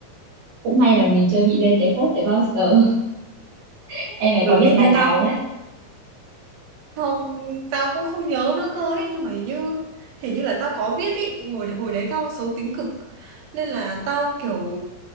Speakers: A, on the right; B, on the right.
A: cũng may là mình chưa bị lên cái phốt đấy bao giờ <laughs> em mày
B: Ừ,
A: có viết
B: hình
A: bài
B: như
A: nào
B: tao cũng
A: không đấy
B: Không, tao cũng không nhớ nữa cơ ấy, nhưng mà hình như hình như là tao có viết ý, ngồi hồi đấy tao xấu tính cực. Nên là tao kiểu